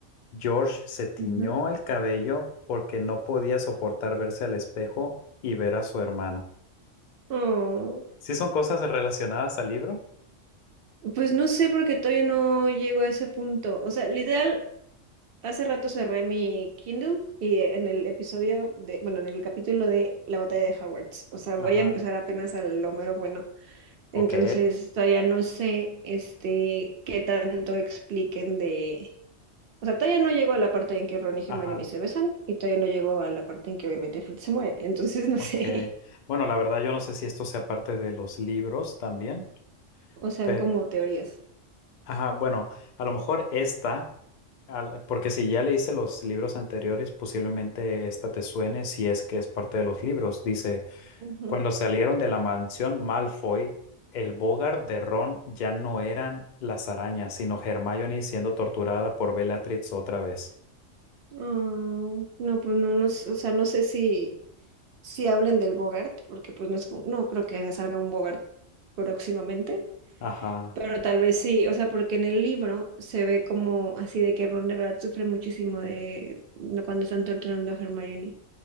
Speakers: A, on the left (about 60°); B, on the right (about 55°).
A: George se tiñó
B: ajá,
A: el cabello porque no podía soportar verse al espejo y ver a su hermano.
B: Oh.
A: ¿Sí son cosas relacionadas al libro?
B: Pues no sé porque todavía no llego a ese punto. O sea, literal, hace rato cerré mi Kindle y eh, en el episodio de, bueno, en el capítulo de la batalla de Hogwarts. O sea, voy
A: Ajá.
B: a empezar apenas al lo mero bueno.
A: Ok,
B: Entonces, todavía no sé, este, qué tanto expliquen de O sea, todavía no llegó a la parte en que Ron y Hermione
A: ajá,
B: se besan y todavía no llegó a la parte en que obviamente Fred se muere. Entonces, no
A: ok.
B: sé. <laughs>
A: Bueno, la verdad yo no sé si esto sea parte de los libros también,
B: O sea,
A: pero,
B: como teorías.
A: ajá, bueno, a lo mejor esta, al- porque si ya leíste los libros anteriores, posiblemente esta te suene si es que es parte de los libros. Dice,
B: Ujú.
A: cuando salieron de la mansión Malfoy, el Bogart de Ron ya no eran las arañas, sino Hermione siendo torturada por Bellatrix otra vez.
B: Ah, no, pues no, no, sé, o sea, no sé si, si hablen del Bogart, porque pues no es, como- no creo que ya salga un Bogart próximamente,
A: Ajá,
B: pero tal vez sí, o sea, porque en el libro se ve como así de que Ron de verdad sufre muchísimo de no, cuando están torturando a Hermione.